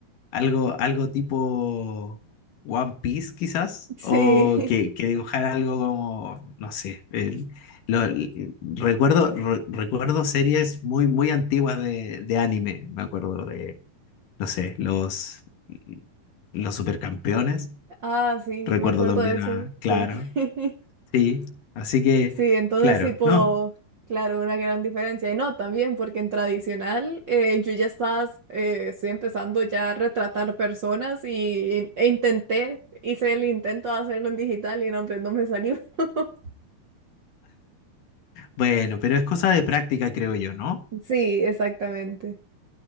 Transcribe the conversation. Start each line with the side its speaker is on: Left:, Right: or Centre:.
Left: algo, algo tipo One Piece quizás,
Right: Sí,
Left: o que, que dibujar algo como, no sé, el- lo- el- recuerdo, re- recuerdo series muy, muy antiguas de, de anime, me acuerdo de, no sé, los, los Supercampeones,
Right: ah, sí,
Left: recuerdo
Right: me acuerdo
Left: también
Right: de eso,
Left: a,
Right: sí.
Left: claro,
Right: <laughs>
Left: sí, así que,
Right: Sí, entonces
Left: claro,
Right: tipo,
Left: no,
Right: claro, una gran diferencia. Y no, también porque en tradicional eh, yo ya estaba, eh, estoy empezando ya a retratar personas y, e intenté, hice el intento de hacerlo en digital y no, hombre, no me salió. <laughs>
Left: bueno, pero es cosa de práctica, creo yo, ¿no?
Right: Sí, exactamente.